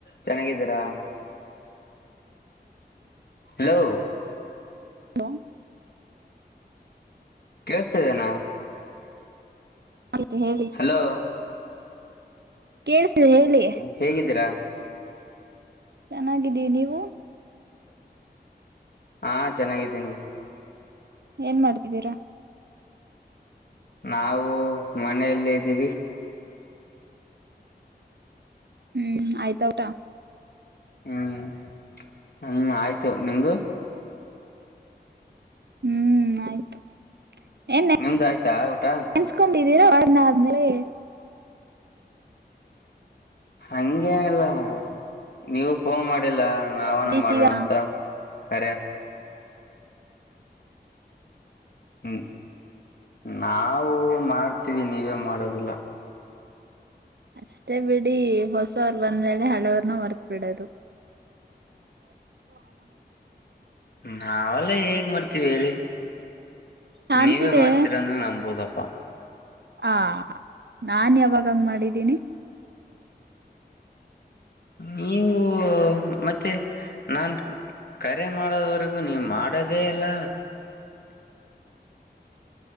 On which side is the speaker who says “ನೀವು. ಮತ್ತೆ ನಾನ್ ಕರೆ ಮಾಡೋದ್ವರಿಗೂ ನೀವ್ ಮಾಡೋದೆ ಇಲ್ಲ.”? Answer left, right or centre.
Left